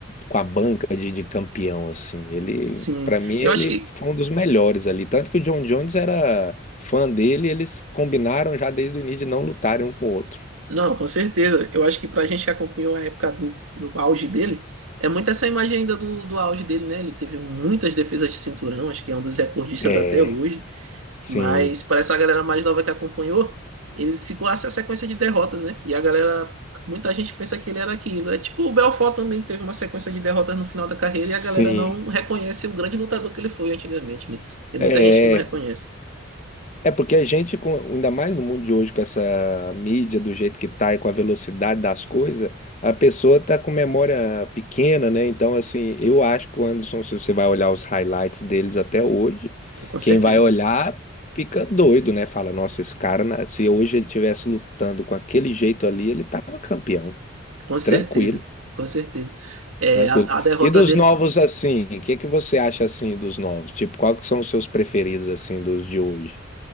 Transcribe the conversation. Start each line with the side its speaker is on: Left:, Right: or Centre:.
Left: com a banca de, de campeão, assim. Ele,
Right: sim.
Left: para mim, ele
Right: Eu acho que,
Left: foi um dos melhores ali. Tanto que o John Jones era fã dele, eles combinaram já desde o início de não lutarem um com o outro.
Right: não, com certeza, eu acho que pra gente que acompanhou a época do, do auge dele, é muito essa imagem ainda do, do auge dele, né? Ele teve muitas defesas de cinturão, acho que é um dos recordistas
Left: É,
Right: até hoje.
Left: sim,
Right: Mas para essa galera mais nova que acompanhou, ele ficou essa sequência de derrotas, né? E a galera, muita gente pensa que ele era aquilo. É tipo o Belfort também teve uma sequência de derrotas no final da carreira
Left: sim.
Right: e a galera não reconhece o grande lutador que ele foi antigamente, né? Tem muita
Left: É,
Right: gente que não reconhece.
Left: É porque a gente, com- ainda mais no mundo de hoje, com essa mídia do jeito que tá e com a velocidade das coisas, a pessoa tá com memória pequena, né? Então, assim, eu acho que o Anderson, se você vai olhar os highlights deles até hoje,
Right: Com
Left: quem
Right: certeza.
Left: vai olhar fica doido, né? Fala, nossa, esse cara, na- se hoje ele tivesse lutando com aquele jeito ali, ele tava campeão.
Right: Com certeza.
Left: Tranquilo,
Right: Com certeza. É,
Left: tranquilo.
Right: a, a derrota
Left: E dos
Right: dele
Left: novos,
Right: pro-
Left: assim, o que que você acha, assim, dos novos? Tipo, qual que são os seus preferidos, assim, dos de hoje?